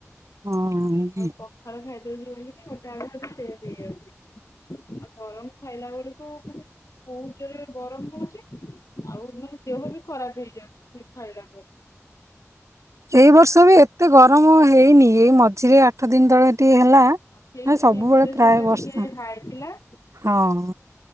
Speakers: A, on the right; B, on the left.
A: ହଁ।
B: ଆଉ ପ ଖାଳ ଖାଇଦଉଚି ବୋଲିକି, ମୋଟାମୋଟି ସେଭ୍ ହେଇଯାଉଚି। ଗରମ ଖାଇଲା ବେଳକୁ ମାନେ ବୋହୁତ ଯୋରେ ଗରମ ହଉଚି, ଆଉ ମାନେ ଦେହ ବି ଖରାପ ହେଇଯାଉଚି, ସେ ଖାଇଲା ପରେ।
A: ଏଇ ବର୍ଷ ବି ଏତେ ଗରମ ହେଇନି, ଏଇ ମଝିରେ ଆଠ ଦିନ ତଳେ ଟିକେ ହେଲା
B: ସେଇ
A: ନା
B: ଟା
A: ସବୁବେଳେ
B: ଟେମ୍ପରେଚର
A: ପ୍ରାୟ
B: ଟା
A: ବର୍ଷା
B: ଟିକେ ହାଏ ଥିଲା। ଉଁ
A: ହଁ ଅଁ।